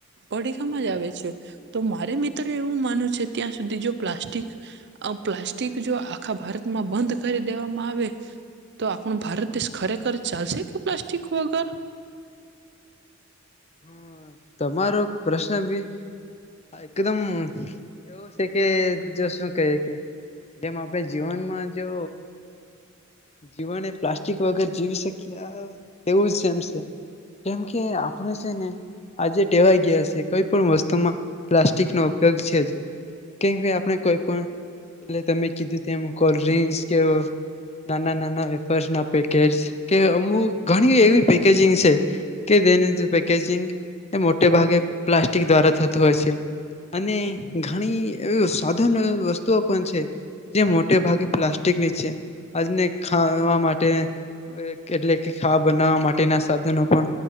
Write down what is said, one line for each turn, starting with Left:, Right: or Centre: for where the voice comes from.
Right: પડીકામાં જ આવે છે તો મારે મિત્ર એવું માનું છે ત્યાં સુધી જો પ્લાસ્ટિક પ્લાસ્ટિક જો આખા ભારતમાં બંધ કરી દેવામાં આવે તો પણ ભારત દેશ ખરેખર ચાલશે કે પ્લાસ્ટિક વગર
Left: હમ, તમારો પ્રશ્ન બી એકદમ એવો છે કે જો શું કહીએ કે જેમ આપણે જીવનમાં જો જીવને પ્લાસ્ટિક વગર જીવી શકીએ તેવું જમ છે કેમ કે આપણે છે ને વા કોઈ પણ વસ્તુમાં પ્લાસ્ટિક ન ઉપયોગ છે જ કેમ આપણે કોઈ પણ એટ તમે કીધું તેમ કોલ્ડ્રિંસ કે નાના નાના વે ના પેકેજ કે અમુક ઘણી એવી પેકેજંગ છે કે તેની પેજંગ એ મોટે ભાગે પ્લાસ્ટિક દ્વારા થતું હોય છે અને ઘણી એવી સાધનો વસ્તુઓ પણ છે જે મોટે ભાગે પ્લાસ્ટિકની છે આજને ખાવા માટે એટલે કે ખાવા બનાવવા માટેના સાધનો પણ